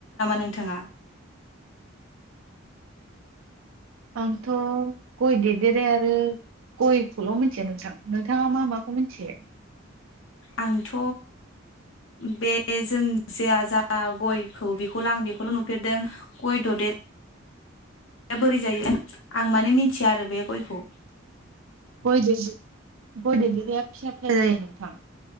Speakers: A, on the left; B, on the right.
A: नोंथाङा
B: आंथ' गय देरदेरे आरो गयखौल' मोनथियो नोंथां नोंथा नोंथाङा मा माखौ मोनथियो
A: आंथ' बे जों जेया जा गयखौ बेखौला आं बेखौल' नुफेरदों गय ददेराया बोरै जायो आं माने मिथिया आरो बे गयखौ
B: गय देदे गय देदेरिया फिसा फिसा जायो नोंथां